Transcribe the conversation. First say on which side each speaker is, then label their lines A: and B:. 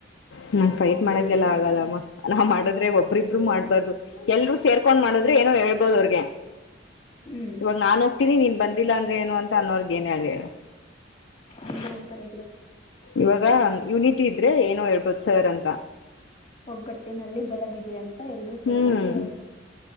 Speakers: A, on the left; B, on the left.
A: ಹ್ಮ ಫೈಟ್ ಮಾಡಕಲ್ಲ ಆಗಲ್ಲಮ್ಮ ನಾ ಮಾಡದ್ರೆ ಒಬ್ರಿಬ್ರು ಮಾಡ್ಬಾರ್ದು ಎಲ್ರೂ ಸೇರ್ಕೊಂಡ್ ಮಾಡುದ್ರೆ ಏನೋ ಹೇಳ್ಬೋದು ಅವ್ರಿಗೆ
B: ಹಂಗೆ
A: ಇವಾಗ ನಾನು ಇಿನಿ ನೀನ್ ಬಂದಿಲ್ಲ ಅಂದ್ರೆ ಏನು ಅಂತ ಅನ್ನೋರ್ಗ ಏನ್ ಹೇಳಿರು
B: ಅಲ್ಲಂತಾರೆ ಬಿಡು
A: ಇವಾಗ ಯುನಿತ್ ಟ್ಟ ಇದ್ರೆ ಏನು ಹೇಳ್ಬೋದು ಸರ್ ಅಂತ
B: ಒಗ್ಗಟ್ಟಿನಲ್ಲಿ ಬಲವಿದೆ ಅಂತ ಎಲ್ರೂ ಸೇರಿ
A: ಹ್ಮ್
B: ಹೋಗಿ ಹೇಳ್ಬೇಕು